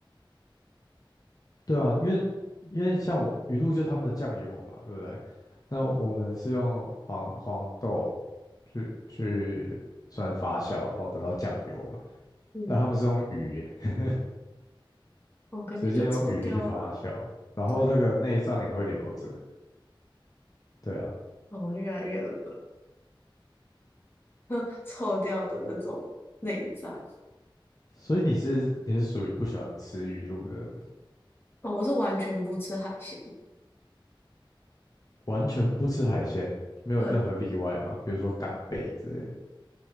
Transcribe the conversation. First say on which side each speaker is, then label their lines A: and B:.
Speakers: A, on the left; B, on the left.
A: 对啊，因为因为像我鱼露就是他们的酱油嘛，对不对？那我们是用黄黄豆去去算发酵，然后得到酱油嘛，
B: <laughs> 嗯。
A: 但他们是用鱼耶。
B: 我感觉就臭掉了啊
A: 直接用鱼去发酵，然后那个内脏也会留着。
B: 对，
A: 对啊，
B: 哦，越来越恶 <laughs> 臭掉的那种内脏。
A: 所以你是你是属于不喜欢吃鱼露的人
B: 哦，我是完全不吃海鲜的
A: 完全不吃海鲜，没有任何例外嘛？
B: 对，
A: 比如说干贝之类